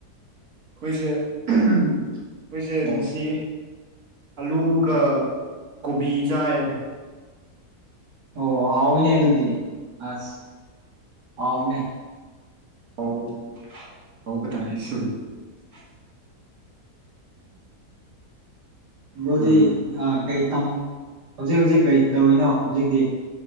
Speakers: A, on the right (about 60°); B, on the right (about 80°).
A: ꯑꯩꯈꯣꯏꯁꯦ ꯎꯝ ꯑꯩꯈꯣꯏꯁꯦ
B: ꯑꯣ
A: ꯉꯁꯤ ꯑꯜꯂꯨꯒ ꯀꯣꯕꯤ ꯆꯥꯏꯌꯦ
B: ꯑꯧ ꯍꯥꯎꯏꯅꯦ ꯑꯗꯨꯨꯗꯤ ꯑꯁ ꯍꯥꯎꯅꯦ
A: <unintelligible>
B: ꯎꯝ ꯕ꯭ꯔꯣꯗꯤ
A: ꯎꯝ
B: ꯑ ꯀꯩ ꯇꯝ ꯍꯧꯖꯤꯛ ꯍꯧꯖꯤꯛ ꯀꯩ ꯇꯧꯔꯤꯅꯣ ꯍꯧꯖꯤꯛꯇꯤ